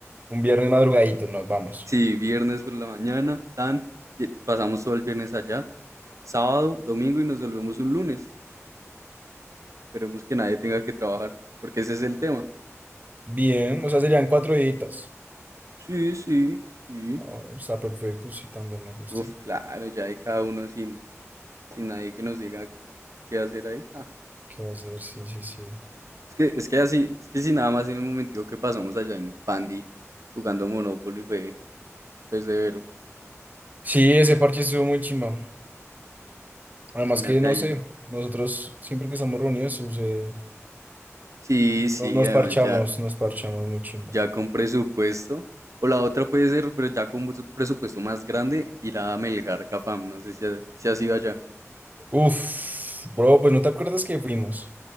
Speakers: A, on the right; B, on the right.
A: Un viernes madrugadito, nos vamos.
B: Sí, viernes por la mañana, tan, y- pasamos todo el viernes allá, sábado, domingo y nos volvemos un lunes. Esperemos que nadie tenga que trabajar, porque ese es el tema.
A: Bien, o sea, serían cuatro deditas.
B: Sí, sí, sí.
A: Ah, bueno, está perfecto, sí, también me gusta.
B: Uf, claro, ya hay cada uno sin, sin nadie que nos diga qué hacer ahí. Ah,
A: ¿Qué va a hacer? Sí, sí, sí.
B: es que, es que así, es que si nada más en el momentico que pasamos allá en Pandi jugando Monopoly fue, fue severo.
A: Sí, ese parche estuvo muy chimba. Además
B: Imagínate
A: que, no
B: ahí.
A: sé, nosotros siempre que estamos reunidos, sucede-
B: Sí, sí,
A: no- nos
B: además
A: parchamos,
B: ya.
A: nos parchamos muy chimba.
B: ya con presupuesto. O la otra puede ser, pero ya con un presupuesto más grande, ir a Melgar Cafam. No sé si, ha- si has ido allá.
A: Uf, bro, pues no te acuerdas que fuimos.